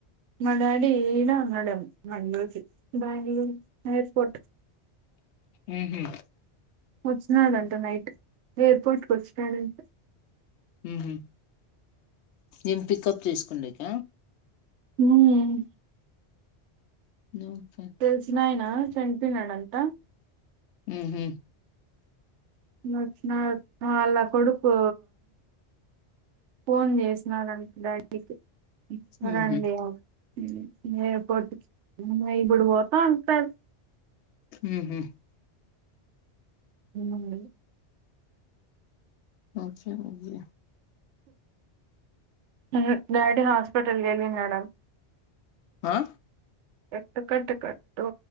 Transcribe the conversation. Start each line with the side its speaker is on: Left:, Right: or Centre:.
Right: మా డాడీ ఈనా నడుం మంగళూరు కి బెంగళూరు ఎయిర్పోర్ట్
Left: మ్ హు
Right: వచ్చినాడంట నైట్ ఎయిర్పోర్ట్ కి వచ్చినాడంట
Left: ఉమ్ హు ఏం పికప్ చేస్కుండిక
Right: ఉమ్మ్మ్
Left: ఓకే
Right: తెలిసినాయనా చనిపోయినడంట
Left: మ్ హు
Right: వచ్చినాడ్ ఆళ్ల కొడుకు ఫోన్ చేసినారంట డాడీకి
Left: మ్మ్
Right: రండి అని ఉమ్ ఎయిర్పోర్ట్ కి ఇప్పుడు పోతా అంటాడు.
Left: మ్ హు
Right: అవునండి
Left: ఓకే అండి
Right: అహా డాడీ హాస్పిటల్కీ వెళ్ళినాడ
Left: ఆ
Right: కట్టు కట్టు కట్టు